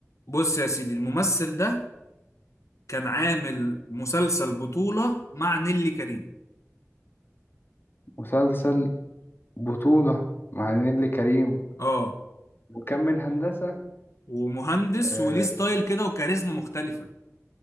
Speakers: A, on the left; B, on the left.
A: بص يا سيدي الممثل ده كان عامل مسلسل بطولة مع نيلي كريم
B: مسلسل بطولة مع نيللي كريم
A: اه
B: وكم من هندسة
A: ومهندس
B: آه،
A: وليه ستايل كده وكاريزما مختلفة